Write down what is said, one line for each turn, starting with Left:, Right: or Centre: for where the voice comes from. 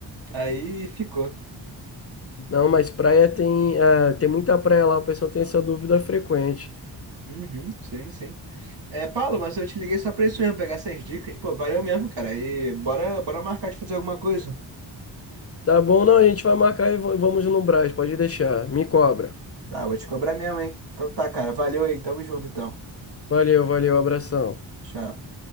Right: Aí ficou.
Left: Não, mas praia tem, ah, tem muita praia lá, o pessoal tem essa dúvida frequente.
Right: Uhum, sim, sim. É, Paulo, mas eu te liguei só pra isso mesmo, pegar essas dicas. Pô, valeu mesmo, cara. E bora, bora marcar de fazer alguma coisa.
Left: Tá bom, não, a gente vai marcar e va- vamos no Brás, pode deixar. Me cobra.
Right: Tá, vou te cobrar mesmo, hein? Então tá, cara. Valeu aí. Tamo junto, então.
Left: Valeu, valeu, abração.
Right: Tchau.